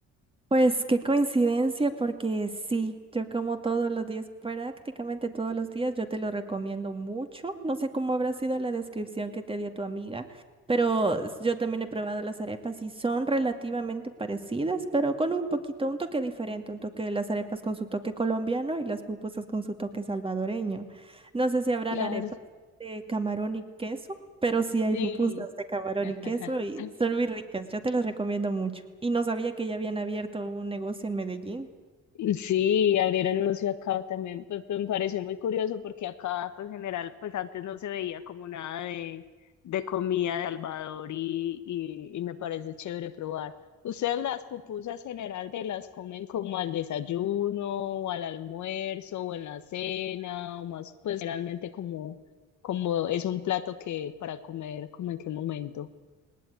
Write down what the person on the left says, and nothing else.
Claro.
Sí.
<laughs>
Sí, abrieron un ocio acá también, pues, pues, me pareció muy curioso porque acá, pues en general, pues antes no se veía como nada de, de comida de Salvador y, y, y me parece chévere probar. ¿Ustedes las pupusas general te las comen como al desayuno o al almuerzo o en la cena o más, pues generalmente como, como es un plato que para comer, como en qué momento?